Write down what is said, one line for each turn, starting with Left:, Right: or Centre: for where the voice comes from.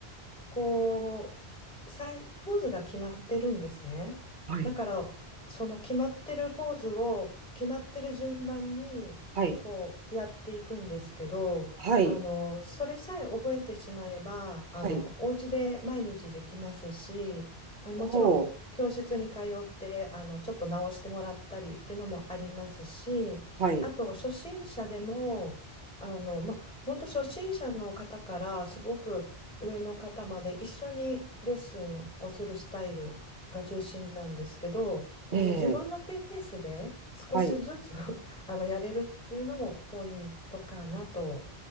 Centre: こうさいポーズが決まってるんですねだからその決まってるポーズを決まってる順番にこうやっていくんですけどあのそれさえ覚えてしまえばあのお家で毎日できますしあのもちろん教室に通ってあのちょっと直してもらったりっていうのもありますしあと初心者でもあの、
Right: はい、はい。はい。はい。おおはい。
Centre: まあ、本当初心者の方からすごく上の方まで一緒にレッスンをするスタイルが中心なんですけどあの自分のペースで少しずつ
Right: ええ。はい。
Centre: <laughs> あのやれるっていうのもポイントかなと。